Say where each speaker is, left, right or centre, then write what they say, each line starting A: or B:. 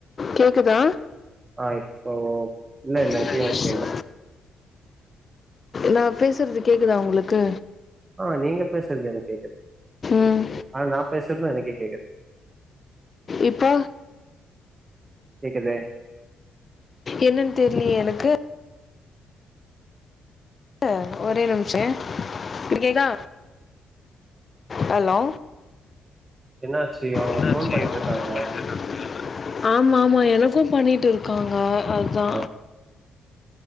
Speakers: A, on the left; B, on the right.
A: கேக்குதா
B: ஆ இப்போ இல்ல இல்ல
A: இல்லை
B: இப்பயு ஓகே
A: இல்லை
B: இல்ல
A: நா பேசுறது கேட்குதா உங்களுக்கு
B: ஆ நீங்க பேசுறது எனக்கு கேக்குது
A: ம்
B: ஆனா நா பேசுறது எனக்கே கேக்குது
A: இப்ப
B: கேக்குதே
A: என்னன்னு தெரிலயே எனக்கு க்க ஒரே நிமிஷே இப்பகேக்குதா ஹலோ
B: என்னாச்சு அவங்க
A: என்னாச்சு
B: ஃபோன் பண்ணிட்டு
A: <unintelligible>
B: இருக்காங்க.
A: ஆமா ஆமா எனக்கு பண்ணிட்டு இருக்காங்க அதா
B: அதான்.